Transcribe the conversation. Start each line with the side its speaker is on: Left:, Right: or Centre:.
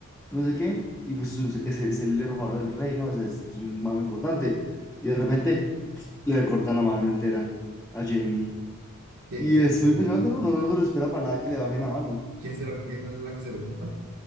Centre: no sé qué, y pues sus- es, es el hermano del rey, ¿no? O sea, Es, es un mamo importante y de repente le corta la mano entera a Jamie.
Right: ¿qué-
Centre: Y
Right: ¿quién,
Centre: es
Right: se la
Centre: muy
Right: corta?
Centre: impresionante, ¿no? Uno no se lo espera para nada que le bajen la mano.
Right: ¿Quién, se la- quién es la que se lo corta?